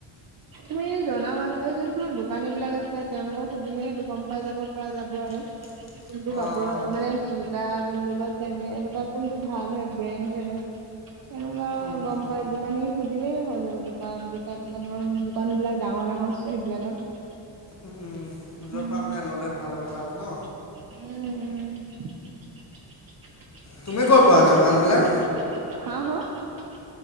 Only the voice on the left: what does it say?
<inaudible>
অ',
উম,
উম, উম য'ৰ
পৰা মানে ল'লে ভাল হ'ব তাত ন।
তুমি ক'ৰ
পৰা আনা মালবিলাক?